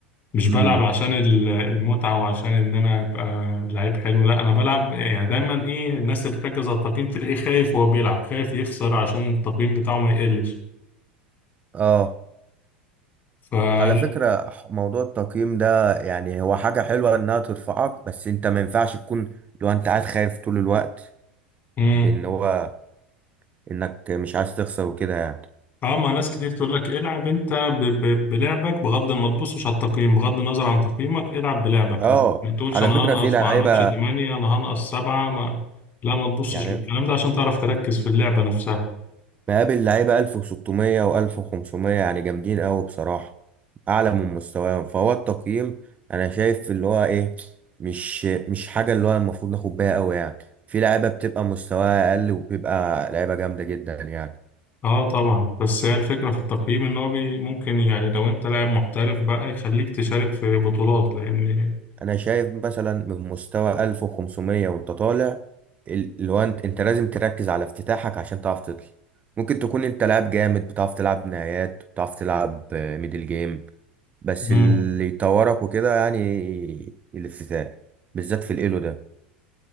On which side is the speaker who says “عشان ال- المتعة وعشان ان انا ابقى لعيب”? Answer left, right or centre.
Left